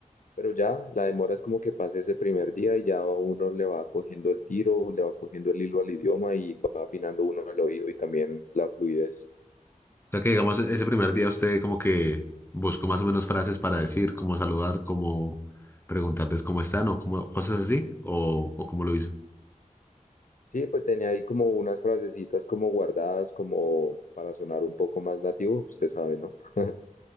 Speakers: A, on the left; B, on the left.
A: Pero ya, la demora es como que pase ese primer día y ya uno le va cogiendo el tiro, le va cogiendo el hilo al idioma y va afinando uno el oído y también la fluidez.
B: O sea que digamos, e- ese primer día usted como que buscó más o menos frases para decir, cómo saludar, cómo preguntarles cómo están o cómo, cosas así, o, o cómo lo hizo.
A: Sí, pues tenía ahí como unas frasecitas como guardadas como para sonar un poco más nativo, usted sabe, ¿no? <laughs>